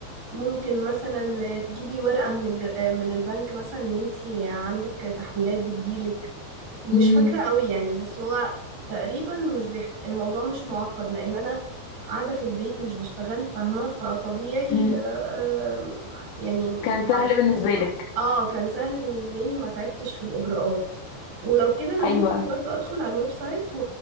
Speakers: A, on the right; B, on the left.
A: ممكن مثلا آه، تجيبي ورقه من الج... آه، من البنك مثلا ان انت عندك تحويلات بتجيلك مش
B: امم
A: فاكرة قوي يعني بس هو تقريبا مش بيح... الموضوع مش معقد لأن أنا قاعدة في البيت مش بشتغل فاهمة فطبيعي
B: امم
A: آه، آه، يعني م-
B: كان سهل بالنسبه لك
A: اه كان سهل بالنسبة لي ما تعبتش في الإجراءات ولو كده أنا
B: ايوه
A: ممكن برضو أدخل على الويب سايت و-